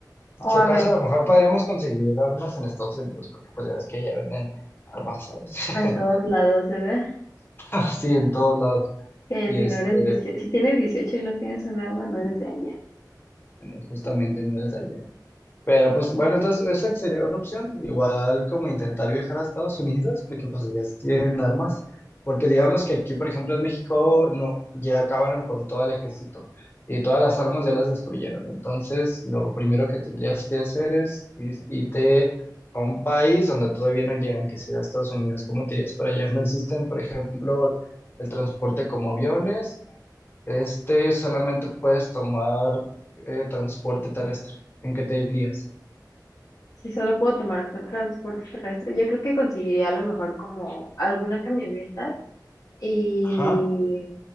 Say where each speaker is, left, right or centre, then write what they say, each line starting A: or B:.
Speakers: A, on the left; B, on the left.
A: si
B: O
A: acaso
B: a ver,
A: a lo mejor podríamos conseguir armas en Estados Unidos, porque pues ya ves que ya venden armas, ¿sabes?
B: en todos lados, ¿verdad?
A: <laughs> Sí, en todos lados.
B: Que
A: Y
B: si
A: este...
B: no eres 18 si tienes 18 y no tienes un arma, no eres de allá.
A: justamente no eres de allá. Pero pues bueno, entonces esa sería una opción, igual como intentar viajar a Estados Unidos, porque pues ellas tienen armas, porque digamos que aquí, por ejemplo, en México no, ya acabaron con todo el ejército y todas las armas ya las destruyeron. Entonces, lo primero que tendrías que hacer es ir- irte a un país donde todavía no llegan, que sea Estados Unidos, ¿cómo te irías para allá? No existen, por ejemplo, el transporte como aviones este solamente puedes tomar eh, transporte terrestre. ¿En qué te irías?
B: Si solo puedo tomar tra- transporte terrestre, yo creo que conseguiría a lo mejor como alguna camioneta Y
A: Ajá.